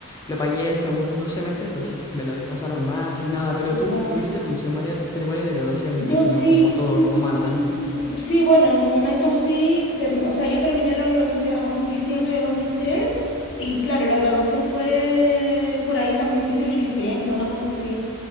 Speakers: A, on the left; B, on the left.
A: Lo pagué el segundo semestre, entonces me lo desfasaron más y nada, pero tú
B: ya.
A: tuviste tu ceremonia, ceremonia de graduación, me
B: Yo
A: imagino,
B: sí,
A: como todo,
B: sí,
A: como
B: sí,
A: manda,
B: sí.
A: ¿no?
B: S- Sí, bueno, en su momento sí. term- o sea, yo terminé la universidad en diciembre de 2003 y claro, la graduación fue por ahí también 18 de diciembre, una cosa así.